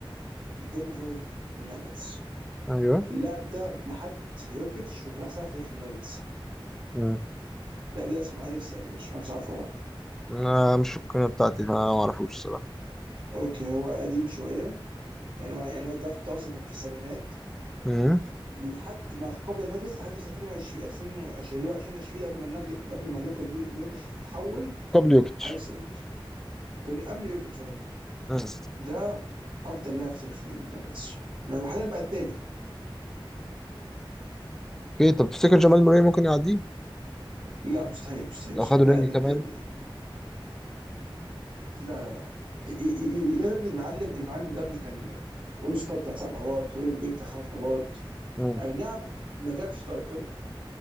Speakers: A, on the right (about 70°); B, in the centre.
A: دنفر ناجتس
B: ايوه
A: اللاعب ده لحد يوكيتش وكان احسن لاعب في تاريخ الناجتس
B: مم.
A: اللاعب ده اسمه اليكس انجلش ما اعرفش عارفه ولا لا
B: انا مش في القناة بتاعتي فانا ما اعرفوش الصراحه
A: اوكي هو قديم شويه يعني هو يعني هو الدرافت بتاعه أصلاً كان في السبعينات
B: مم.
A: لحد ما قبل الناجتس لحد بس 2020 2020 اللي هو 2020 قبل ما النج... قبل ما لوكا- لو- لوكيتش يتحول
B: قبل يوكيتش
A: اليكس انجلش تقول لي قبل يوكيتش اه
B: مم.
A: ده افضل لاعب في تاريخ الناجتس يعني هو حاليا بقى الثاني
B: اوكي طب تفتكر جمال موري ممكن يعديه
A: لا مستحيل مستحيل مستحيل
B: لو خد الرينج
A: لا ده,
B: كمان
A: ده, لا لا لا ي- ي- ي- يا ابني المعلم المعلم ده ابني كان اول ستار بتاع سبع مرات اول ام بي بتاع خمس مرات
B: مم.
A: اي نعم ما جابش تايتل